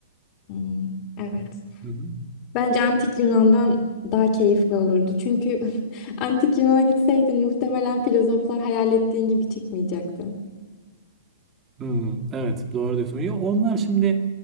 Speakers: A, on the left; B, on the right.
A: Hmm, evet.
B: Hı hı.
A: Bence Antik Yunan'dan daha keyifli olurdu. Çünkü <laughs> Antik Yunan'a gitseydin muhtemelen filozoflar hayal ettiğin gibi çıkmayacaktı.
B: Hmm, evet doğru diyorsun. Ya onlar şimdi